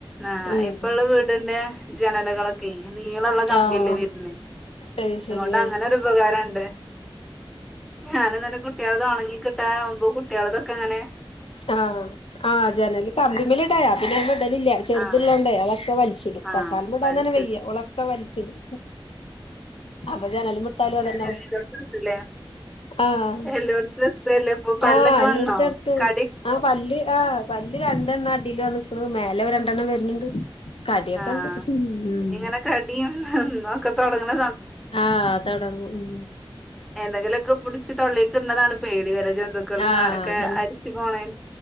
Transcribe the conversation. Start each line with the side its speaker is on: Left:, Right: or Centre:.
Centre: ആ
Left: ഉം
Centre: ഇപ്പള്ള വീടിന്റെ ജനലകളോക്കെ നീളള്ള കമ്പില്ലേ
Left: ആഹ്
Centre: വരുന്നെ.
Left: <unintelligible>
Centre: അങ്ങനൊരുപകാരണ്ട് ഞാനിന്നെന്ന കുട്ടിക <unintelligible> കിട്ടാവുമ്പോ കുട്ട്യളതൊക്കങ്ങനെ
Left: ആ ആ ജനല് കമ്പിമേല്ടായ
Centre: ജന
Left: പിന്നെ ഞാ ഇടലില്ല ചെറുത്ള്ളോണ്ടെ
Centre: ആഹ്
Left: അതൊക്കെ വലി
Centre: ആഹ്
Left: കസാൽമെടാന്തന്നെ
Centre: വലിച്ചിടും
Left: വയ്യ ഓളെക്കെ വലിച്ചിടും <unintelligible>
Centre: <unintelligible> ട്ടൂല്ലേ
Left: ആഹ്
Centre: എല്ലോടത്തുംത്രല്ലേ ഇപ്പൊ പല്ലൊക്കെ
Left: ആഹ് എല്ലോട്ത്തും
Centre: വന്നോ?
Left: എടുത്തു
Centre: ക
Left: ആ പല്ല്, ആ പല്ല് രണ്ടെണ്ണം അടില് വനിക്കണ് മേലെ രണ്ടെണ്ണം വരുന്നുണ്ട്. കടിയക്കെ
Centre: ആഹ്
Left: ഉണ്ട് ഉം.
Centre: ഇനി ഇങ്ങനെ കടിയും ഒക്കെ തുടങ്ങണ
Left: ആഹ് തോട ഉം
Centre: എന്തെങ്കിലുക്കെ പിടിച്ച് തൊള്ളെക്ക് ഇന്നതാണ് പേടി, വരെ ജന്തുക്കൾ
Left: ആഹ്
Centre: ഒക്കെ
Left: അതന്നെ
Centre: അരിച്ചു പോണെ